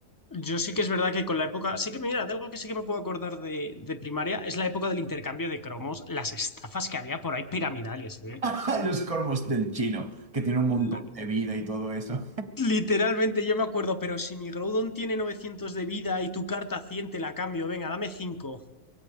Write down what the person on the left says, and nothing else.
Yo sí que es verdad que con la época, sí que mira, de algo que sí que me puedo acordar de, de primaria es la época del intercambio de cromos, las estafas que había por ahí piramidales,
¿eh?
Literalmente, yo me acuerdo, pero si mi Groudon tiene 900 de vida y tu carta 100 te la cambio, venga, dame cinco